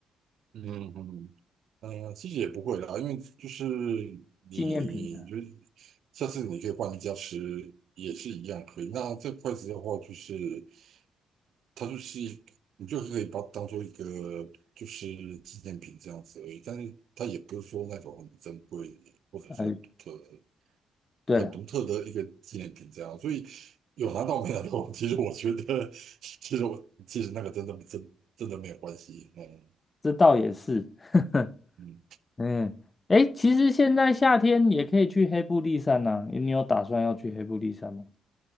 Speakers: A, on the right; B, on the left.
A: 嗯嗯嗯。嗯，其实也不会啦，因为就是你就是
B: 纪念品
A: 下次你可以换一家吃，也是一样可以。那这筷子的话，就是它就是一你就可以把它当做一个就是纪念品这样子而已，但是它也不是说那种很珍贵或者是很独特、
B: 啊。呃，对了，
A: 很独特的一个纪念品这样。所以有拿到没拿到，<laughs> 其实我觉得，<laughs> 其实我其实那个真的真真的没有关系。嗯
B: 这倒也是，<laughs>
A: 嗯。
B: 嗯，哎，其实现在夏天也可以去黑布利山呐、你有打算要去黑布利山吗？